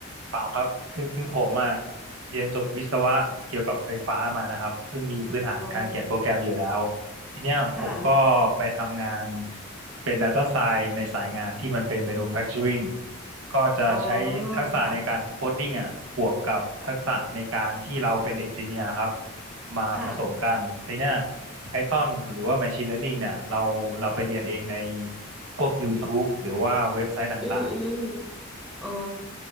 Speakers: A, on the right (about 75°); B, in the centre.
A: เปล่าครับ คือคือผมอ่ะเรียนจบวิศวะเกี่ยวกับไฟฟ้ามานะครับ ซึ่งมีพื้นฐานการเขียนโปรแกรมอยู่แล้ว
B: <laughs> อ๋อค่ะ
A: ทีเนี้ยผมก็ไปทำงาน
B: ค่ะ
A: เป็น Data Science ในสายงานที่มันเป็น Manufacturing ก็จะใช้ทักษะในการโคดดิ้งอ่ะบวกกับทักษะในการที่เราเป็นเอนจิเนียร์ครับ
B: อ๋อค่ะ
A: มาผสมกันทีเนี้ย
B: ค่ะ
A: Python หรือว่า Machine Learning เนี่ยเราเราไปเรียนเองในพวก YouTube หรือว่าเว็บไซต์ต่าง
B: อืมอืมอ๋อ